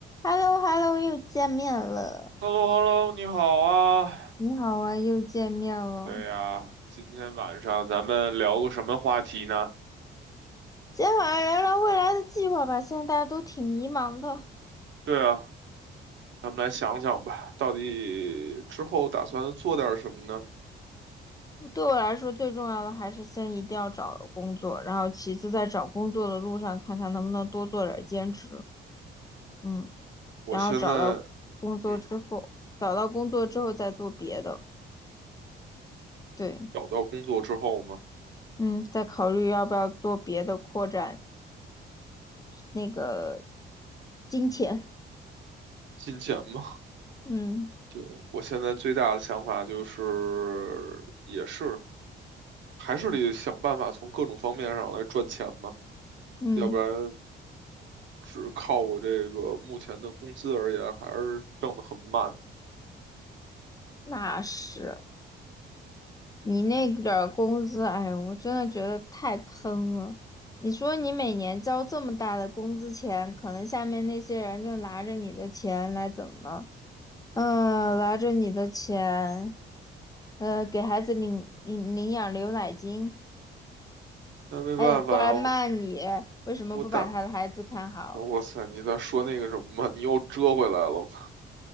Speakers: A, on the left (about 20°); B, on the right (about 70°).
A: h e l l o h e l l o 又见面了。
B: h e l l o h e l l o 你好啊。
A: 你好啊，又见面了。
B: 对呀，今天晚上咱们聊个什么话题呢？
A: 今天晚上聊聊未来的计划吧。现在大家都挺迷茫的。
B: 对啊，咱们来想想吧，到底之后打算做点什么呢？
A: 我对我来说，最重要的还是先一定要找工作，然后其次在找工作的路上，看看能不能多做点儿兼职。嗯，
B: 我现在，
A: 然后找到工作之后，
B: 嗯，
A: 找到工作之后再做别的。对，
B: 找到工作之后嘛，
A: 嗯，再考虑要不要做别的，扩展那个金钱。
B: 金钱嘛，
A: 嗯
B: 对，我现在最大的想法就是，也是，还是得想办法从各种方面上来赚钱嘛，
A: 嗯，
B: 要不然只靠我这个目前的工资而言，还是挣得很慢。
A: 那是。你那点儿工资，哎，我真的觉得太坑了。你说你每年交这么大的工资钱，可能下面那些人就拿着你的钱来怎么呢？嗯、拿着你的钱，呃，给孩子领领领养牛奶金，
B: 那没办法呀，
A: 还得过来骂你，为什么不把他的孩子看好？
B: 我等。哇塞，你在说那个什么吗？你又折回来了吗